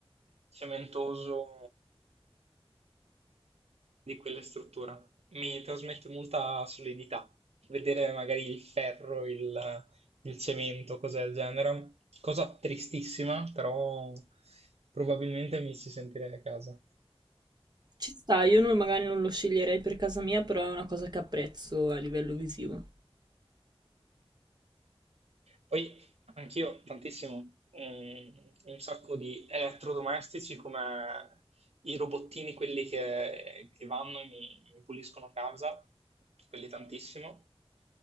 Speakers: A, on the right; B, on the right.
A: cementoso di quella struttura mi trasmette molta solidità. Vedere magari il ferro, il, il cemento, cose del genere, cosa tristissima, però probabilmente mi ci sentirei a casa.
B: Ci sta, io non- magari non lo sceglierei per casa mia, però è una cosa che apprezzo a livello visivo.
A: Poi anch'io tantissimo, mm, un sacco di elettrodomestici come i robottini, quelli che, che vanno e mi, mi puliscono casa, quelli tantissimo,